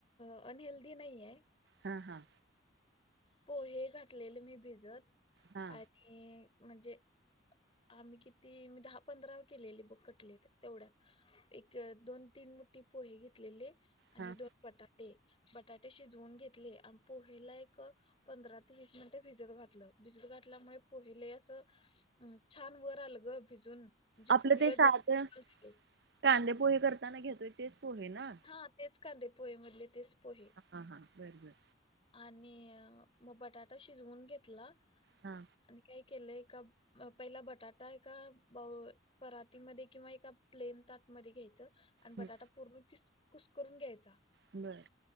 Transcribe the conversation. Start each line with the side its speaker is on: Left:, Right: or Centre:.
Left: अनहेल्दीी नाही आहे.
Right: हा हा.
Left: पोहे घातलेले मी भिजत
Right: हा
Left: आणि म्हणजे. आम्ही किती मी दहा पंधरा केलेली बुक कटली तेवढ्यात. एक दोन तीन मोठ पोहे घेतलेले आणि
Right: हा.
Left: दोन. बटाटे बटाटे शिजवून घेतले आणि पोहेला एक. पंधरा ते वीस मिनिटे भिजत घातलं भिजत घातल्यामुळे पहिले असं. छान वर आलं ग भिजून म्हणजे
Right: आपलं
Left: फुगल
Right: ते साधं
Left: जास्त वल झाले.
Right: कांदे पोहे करताना घेतोय तेच पोहे ना.
Left: हा तेच कांदे पोहेमधले तेच पोहे.
Right: हा हा बरं बरं.
Left: आणि मग बटाटा शिजवून घेतला.
Right: हा.
Left: आणि काय केलंय का पहिला बटाटा आहे का बा. परातीमध्ये किंवा एका प्लेन ताटमध्ये घ्यायचं. आणि बटाटा
Right: हम्म
Left: पूर्ण किस कुस करून घ्यायचा.
Right: बरं,